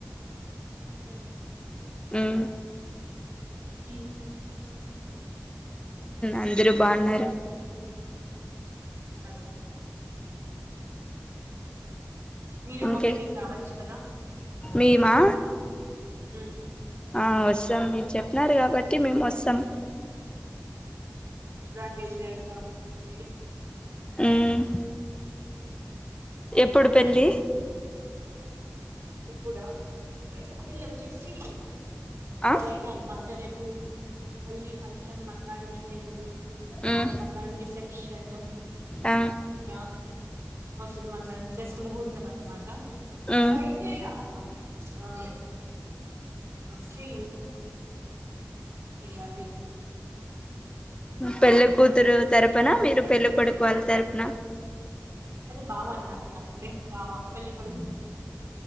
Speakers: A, on the right; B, on the left.
A: <unintelligible>
B: మ్మ్
A: శ్రీ ఉంటావా మరి
B: అందరూ బాగున్నారు
A: ఇంగా మీరు
B: ఇంకే
A: మా పెళ్ళికి రావచ్చు కదా
B: మేమా
A: ఉ
B: ఆ వస్తాం మీరు చెప్పినారు కాబట్టి మేము వస్తాం
A: రండి ఎంజాయ్ గా ఉంటుంది ఫుల్లు
B: ఉమ్ ఎప్పుడు పెళ్ళి
A: ఎప్పుడా పెళ్ళి వచ్చేసి
B: ఆ
A: రేపే అనమా రేపు హల్ది ఫంక్షన్ మర్నాడు మెహందీ
B: మ్మ్
A: ఇంకా మర్నాడు రిసెప్షన్ క్షణ
B: ఆ
A: ఇంకా అవతలి మర్నాడు వచ్చసి ముహూర్తం అన్నమాట
B: ఆ
A: వైటే ఆ శ్రీ చేయాలి
B: పెళ్ళికూతురు తరపున మీరు పెళ్ళికొడుకు వాళ్ళ తరపున
A: అదే బావ అన్నాక <unintelligible> బావా పెళ్ళికడుకు